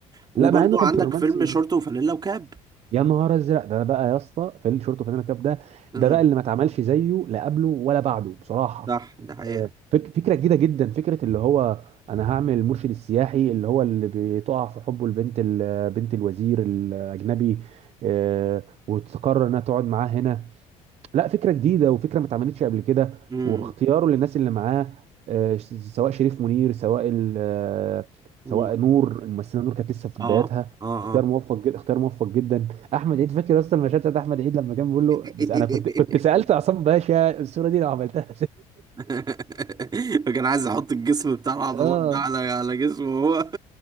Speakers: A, on the right; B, on the right.
A: وبرضو
B: لا مع انه كان
A: عندك
B: في الرومانسي
A: فيلم شورت وفانيلا وكاب
B: يا نهار ازرق ده بقى يا اسطى في الشورت وفانيلا كاب ده
A: امم
B: ده بقى اللي ما اتعملش زيه لا قبله ولا بعده بصراحه
A: صح ده حقيقة
B: آه، فك فكره جديده جدا فكره اللي هو انا هعمل المرشد السياحي اللي هو اللي بتقع في حبه البنت ال- بنت الوزير الاجنبي آه، وتقرر انها تقعد معاه هنا لا فكرة جديدة وفكرة ما اتعملتش قبل كده
A: امم
B: واختياره للناس اللي معاه آه، ش- سواء شريف منير سواء ال- آه، سواء
A: امم
B: نور الممثلة نور كانت لسه في
A: اه
B: بداياتها
A: اه
B: اختيار موفق جدا اختيار موفق جدا احمد عيد فاكر يا اسطى المشهد بتاع احمد عيد لما كان بيقول
A: اه <laughs>
B: له بس انا كنت كنت سألت عصام باشا الصورة دي لو عملتها
A: <laughs> فكان عايز يحط الجسم بتاع العضلات
B: <laughs> اه
A: ده على على جسمه هو